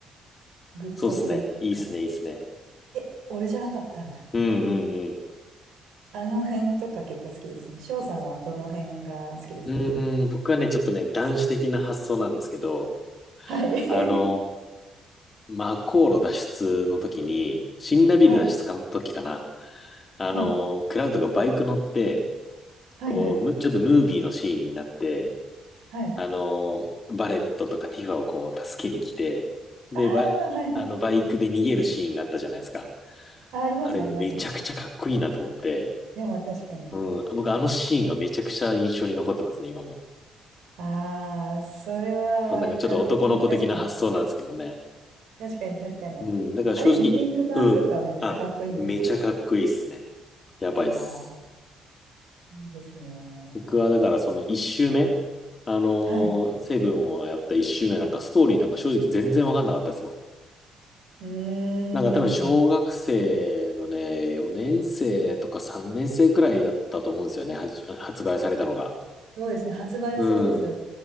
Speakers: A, on the right; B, on the left.
A: う、グッとくるっていうか、
B: そうっすね。いいっすね、いいっすね。
A: え、俺じゃなかったんだみたいな。
B: うんうん
A: あの辺とか結構好きですね。翔さんはどの辺が好きですか
B: うん。うーん、僕はね、ちょっとね、男子的な発想なんですけど、
A: はい。
B: あのー、マコー路脱出の時に、シンラビル脱出の時かな。
A: <laughs> はい。
B: あのー、
A: はい。
B: クラウドがバイク乗って、
A: はい。
B: こう、
A: はい。
B: むちょっとムービーのシーンになって、
A: はい。
B: あの、バレットとかティファをこう助けに来て、で、
A: ああ、
B: ば、
A: はいはい。
B: あの、バイクで逃げるシーンがあったじゃないですか。
A: あ、ありますね、
B: あれめちゃくちゃかっこいいなと思って、
A: ありますね。いや、まあ確かに。
B: うん、僕あのシーンがめちゃくちゃ印象に残ってますね、今も。
A: ああ、それはかっこいい。
B: そんなんかちょっと男の子的な発想なんですけどね。
A: 確かに。確かに、確かに。
B: うん、だから正直、
A: あれ、リメイク版とかめっちゃかっこいいんじゃないですか。
B: うん、あ、めちゃかっこいいっすね。やばいっす。
A: うわあ、いいですね。
B: 僕はだからその一周目、あのーセブンをやった一周目なんかストーリーなんか正直全然わかんなかったですもん。
A: はい。うーん。
B: なんか多分小学生のね、4年生とか3年生くらいだったと思うんですよね、はじ発売されたのが。
A: そうですね。発売はそうですよね。
B: うん。